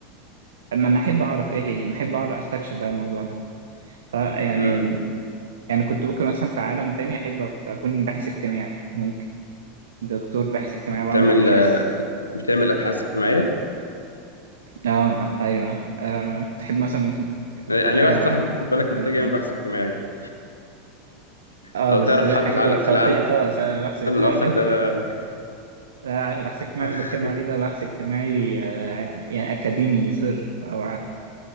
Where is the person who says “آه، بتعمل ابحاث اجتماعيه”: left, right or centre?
Left